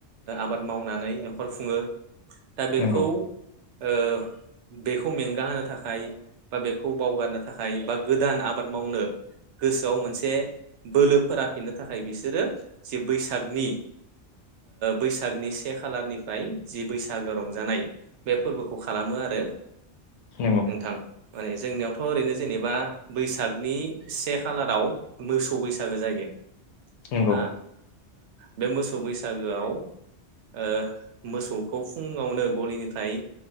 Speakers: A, on the right; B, on the left.
A: आबाद मावनानै न'खर खुङो। दा बेखौ
B: नंगौ
A: औ बेखौ खौ मेंगा होनो थाखाय बा बेखौ बावगारनो थाखाय बा गोदान आबाद मावनो गोसोआव मोनसे बोलो फोराफिननो थाखाय बिसोरो जि बैसागनि बैसागनि से खालारनिफ्राय जि बैसागो रंजानाय बे फोरबोखौ खालामो आरो
B: नंगौ
A: नोंथां माने जोंनियाव थ' ओरैनो जेनेबा बैसागनि से खालाराव मोसौ बैसागो जायो
B: नंगौ
A: हा बे मोसौव सौ बैसागोआव ओ मोसौखौ फुङावनो गलिनिफ्राय